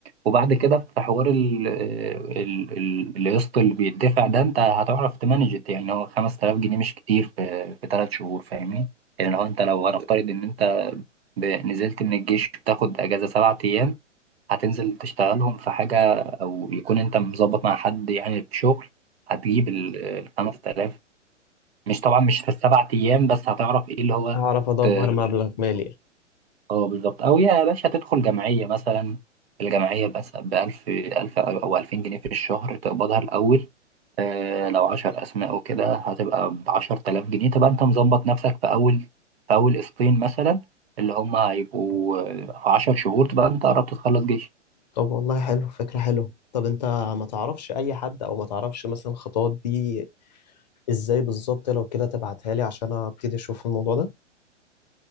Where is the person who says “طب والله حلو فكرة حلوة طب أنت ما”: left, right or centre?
Left